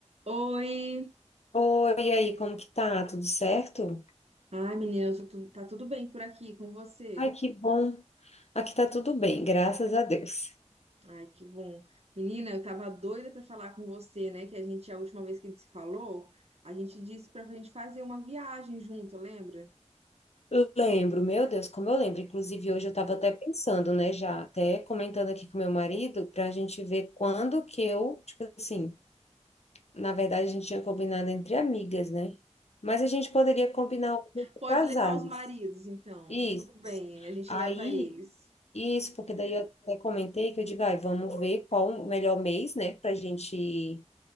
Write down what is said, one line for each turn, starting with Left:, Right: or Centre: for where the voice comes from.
Right: Oi!
Left: Oi, e aí, como que tá? Tudo certo?
Right: Ai, menina, eu tô tu- tá tudo bem por aqui com você?
Left: Ai, que bom. Aqui tá tudo bem, graças a Deus.
Right: Ai, que bom. Menina, eu tava doida pra falar com você, né? Que a gente, a última vez que a gente se falou, a gente disse pra gente fazer uma viagem junto, lembra?
Left: Eu Lembro, meu Deus, como eu lembro. Inclusive, hoje eu estava até pensando, né, já até comentando aqui com meu marido, para a gente ver quando que eu, tipo assim, na verdade a gente tinha combinado entre amigas, né? Mas a gente poderia combinar algo com
Right: Pode
Left: casais.
Right: levar os maridos, então.
Left: Isso.
Right: Tudo bem, a gente
Left: Aí,
Right: leva eles.
Left: isso, porque daí eu até comentei que eu digo, ai, vamos ver qual o melhor mês, né, pra gente